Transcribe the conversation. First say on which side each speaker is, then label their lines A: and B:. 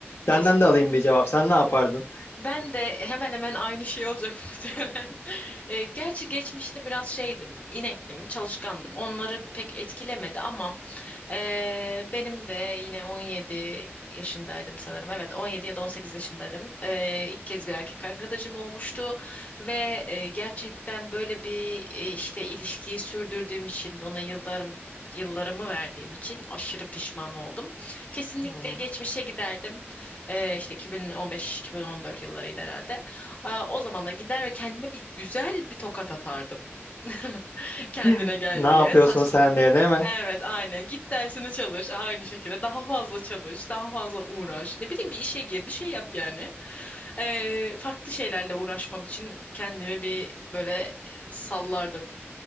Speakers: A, on the left; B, on the left.
A: Senden
B: Kesin.
A: de alayım bir cevap. Sen ne yapardın?
B: Ben de hemen hemen aynı şey olacak <laughs> muhtemelen. E, gerçi geçmişte biraz şeydim, inektim, çalışkandım. Onları pek etkilemedi ama Ee, benim de yine 17 yaşındaydım sanırım. Evet, 17 ya da 18 yaşındaydım. Ee, ilk kez bir erkek arkadaşım olmuştu ve e, gerçekten böyle bir e, işte ilişkiyi sürdürdüğüm için ona yıllarım yıllarımı verdiğim için aşırı pişman oldum. Kesinlikle
A: Hmm.
B: geçmişe giderdim. Ee, işte 2015-2014 yıllarıydı herhalde. Ee, o zamana gider ve kendime bir güzel bir tokat atardım. <laughs> kendine
A: <laughs>
B: gel
A: Ne yapıyorsun
B: diye saçma
A: sen
B: zaman.
A: diye değil mi?
B: Evet aynen git dersini çalış aynı şekilde daha fazla çalış daha fazla uğraş ne bileyim bir işe gir bir şey yap yani Ee, farklı şeylerle uğraşmam için kendimi bir böyle sallardım